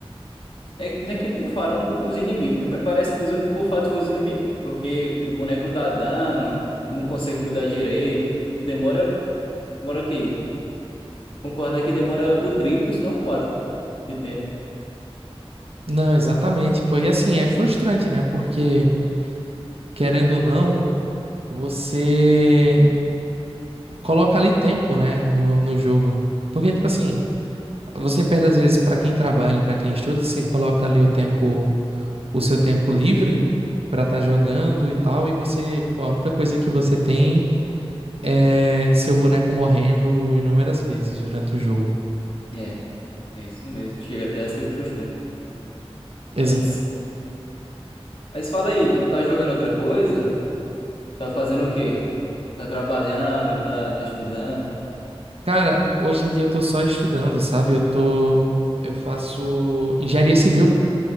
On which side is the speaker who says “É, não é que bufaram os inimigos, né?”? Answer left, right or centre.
Left